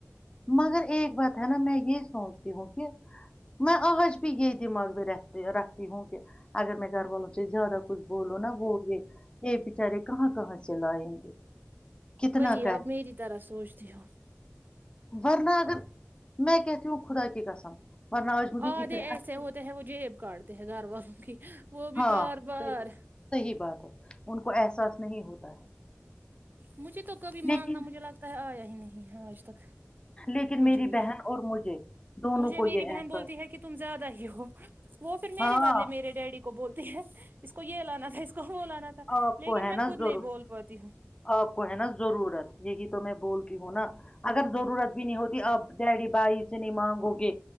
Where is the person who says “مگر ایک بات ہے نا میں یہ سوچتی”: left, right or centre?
Left